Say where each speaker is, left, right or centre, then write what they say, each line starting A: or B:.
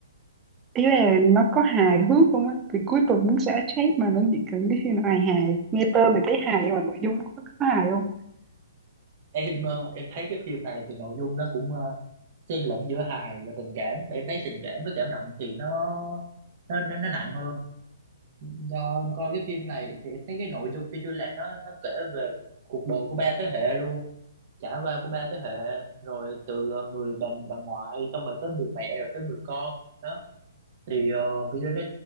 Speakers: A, on the right; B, on the right.
A: ý là nó có hài hước không á thì cuối tuần muốn xả stress mà nó chỉ cần cái phim nào hài hài nghe tên thì thấy hài nhưng mà nội dung có, có hài không
B: em ờ, em thấy cái phim này thì nội dung nó cũng ờ, xen lẫn giữa hài và tình cảm em thấy tình cảm với cảm động thì nó nó nó, nó nặng hơn do em coi cái phim này thì em thấy cái nội dung kiểu như là nó nó kể về cuộc đời của ba thế hệ luôn trải qua của ba thế hệ rồi từ ờ, người bà bà ngoại xong rồi tới người mẹ rồi tới người con đó thì ờ, kiểu như nó